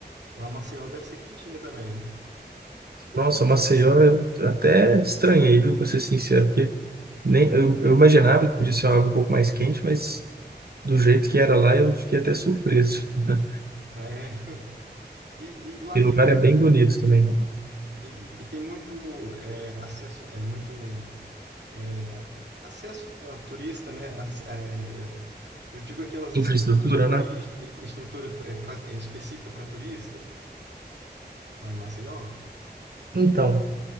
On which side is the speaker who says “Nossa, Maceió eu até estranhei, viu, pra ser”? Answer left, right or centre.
Right